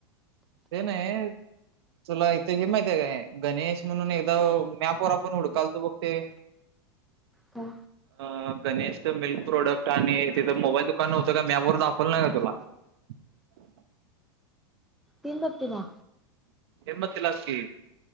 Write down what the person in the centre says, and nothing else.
का?
तीन बत्तीदा